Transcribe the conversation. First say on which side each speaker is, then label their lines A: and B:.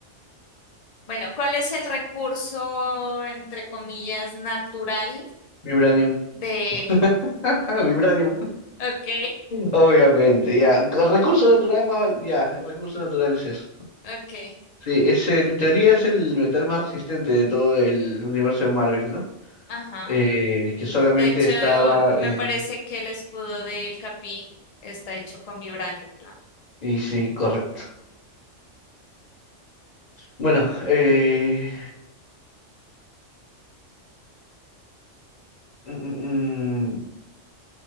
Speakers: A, on the left; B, on the left.
A: bueno, ¿cuál es el recurso, entre comillas, natural
B: Vibranium.
A: del...
B: <laughs> Vibranium.
A: Ok,
B: Obviamente, ya. Recurso natural más val- ya, recurso natural es eso.
A: ok,
B: Sí, es, el- en teoría es el metal más resistente de todo el universo de Marvel, ¿no?
A: ajá.
B: Eh, que solamente
A: De hecho,
B: estaba en...
A: me parece que el escudo del Capi está hecho con vibranio, ¿no?
B: Y sí, correcto. Bueno, eh... mm, mm,